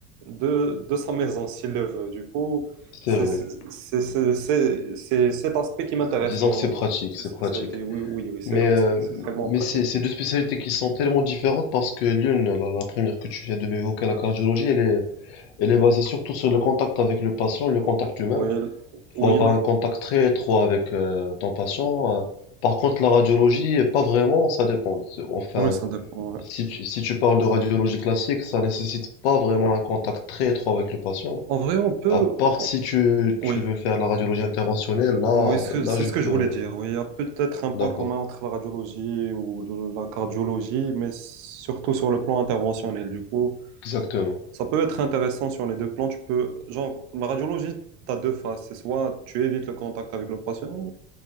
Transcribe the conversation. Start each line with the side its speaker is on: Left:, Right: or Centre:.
Right: de, de sa maison s'il le veut. Du coup,
Left: c'est
Right: c'est
Left: vrai.
Right: c'est- c'est- c'est- c'est cet aspect qui m'intéresse
Left: Disons
Right: dans,
Left: que c'est pratique,
Right: dans ces
Left: c'est
Right: spécialités.
Left: pratique.
Right: Oui, oui, oui, c'est
Left: Mais, euh,
Right: c'est extrêmement
Left: mais
Right: pratique.
Left: c'est c'est deux spécialités qui sont tellement différentes parce que l'une, la, la première que tu viens de m'évoquer, la cardiologie, elle est, elle est basée surtout sur le contact avec le patient, le
Right: Oui,
Left: contact humain.
Right: oui,
Left: Il faut avoir un contact très étroit avec euh, ton patient. euh. Par contre, la radiologie, pas vraiment, ça dépend. Enfin,
Right: oui, ça dépend. ouais.
Left: Si tu, si tu parles de radiologie classique, ça nécessite pas vraiment un contact très étroit avec le patient.
Right: En vrai, on peut.
Left: À part
Right: on-
Left: si tu, tu
Right: Oui,
Left: veux faire la radiologie interventionnelle, là,
Right: oui, c'est
Left: là,
Right: c'est
Left: je
Right: ce
Left: peux.
Right: que je voulais dire. Oui, il y a peut-être un point
Left: D'accord.
Right: commun entre la radiologie ou la cardiologie, mais surtout sur le plan interventionnel. Du coup,
Left: Exactement.
Right: ça peut être intéressant sur les deux plans. Tu peux, genre, la radiologie, tu as deux phases. C'est soit tu évites le contact avec le patient,